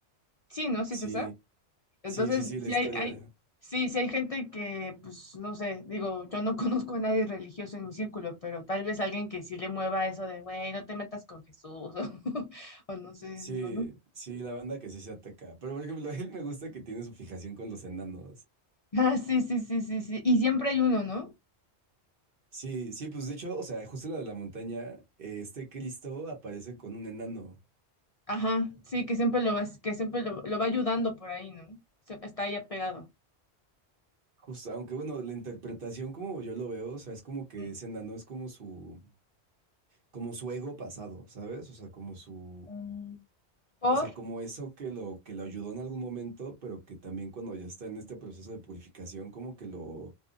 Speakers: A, on the left; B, on the right.
A: Sí, ¿no? Sí
B: Sí,
A: es esa. Entonces,
B: sí, sí, sí,
A: sí
B: la historia.
A: hay, hay, sí, sí hay gente que, pues, no sé, digo, yo no <laughs> conozco a nadie religioso en mi círculo, pero tal vez alguien que sí le mueva eso de, güey, no te metas con Jesús, <laughs> o, no sé,
B: Sí,
A: digo, no.
B: sí, la banda que sí se ataca. Pero, por ejemplo, <laughs> a él me gusta que tiene su fijación con los enanos.
A: Ah, sí, sí, sí, sí, sí. Y siempre hay uno, ¿no?
B: Sí, sí, pues de hecho, o sea, justo en la de la montaña, eh, este Cristo aparece con un enano.
A: Ajá, sí, que siempre lo vas, que siempre lo, lo va ayudando por ahí, ¿no? Se- está ahí apegado.
B: Justo, aunque bueno, la interpretación como yo lo veo, o sea, es como que
A: Mm.
B: ese enano es como su, como su ego pasado, ¿sabes? O sea, como su,
A: Mm, Por,
B: o sea, como eso que lo, que lo ayudó en algún momento, pero que también cuando ya está en este proceso de purificación, como que lo,